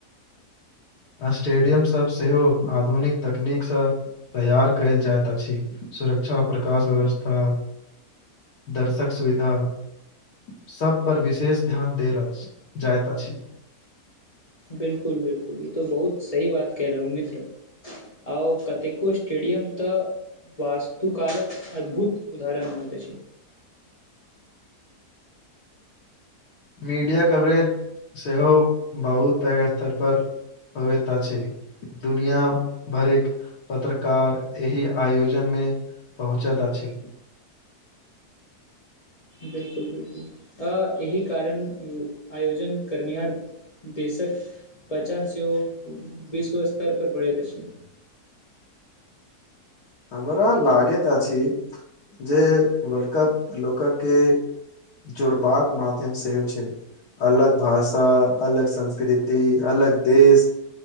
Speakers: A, on the left; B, on the left.
A: स्टेडियम सब सेहो आधुनिक तकनीक सँ तैयार कयल जाइत अछि सुरक्षा प्रकाश व्यवस्था दर्शक सुविधा सब पर विशेष ध्यान देल जाइत अछि
B: बिलकुल बिलकुल ई तऽ बहुत सही बात कलहुँ मित्र आओ कतेको स्टेडियम तऽ वास्तुकालक अद्भुत उदाहरण होइत अछि
A: मीडिया कवरेज सेहो बहुत पैघ स्तर पर होवेत अछि दुनिया भरैक पत्रकार एहि आयोजन मे पहुँचत अछि
B: बिलकुल बिलकुल अ यहि कारण य आयोजन करनिहार देशक पचा से विश्व स्तर पर पढ़ैत अछि
A: हमरा लागैत अछि जे वर्ल्ड कप लोक के जोड़बाक माध्यम सेहोय छै अलग भाषा अलग संस्कृति अलग देश